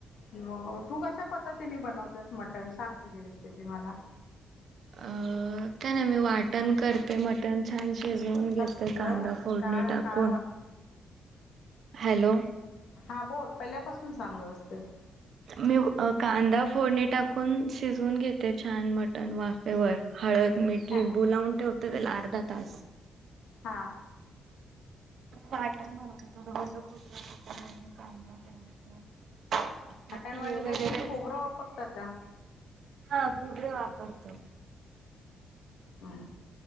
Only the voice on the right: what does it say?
अ काय नाही मी वाटण करते मट न छान शिजवून घेते
कांदा फोडणी
टाकून.
हॅलो.
मी कांदा फोडणी टाकून शिजवून घेते छान मटण वाफ हळद, मीठ,
लिंबू लावून ठेवते त्याला अर्धा तास
वाटण बनवताना ओल खोबर, कांदा, टोमॅटो आपलं
तीळ
वगैरे
हा खोबरे वापरतो.